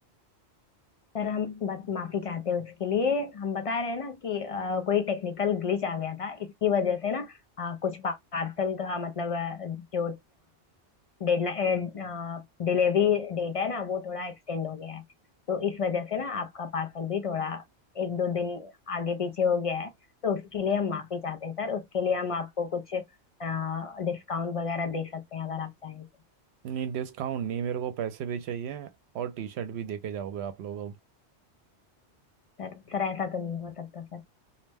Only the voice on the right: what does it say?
नहीं डिस्काउंट नहीं मेरे को पैसे भी चाहिए और टी शर्ट भी देके जाओगे आप लोग अब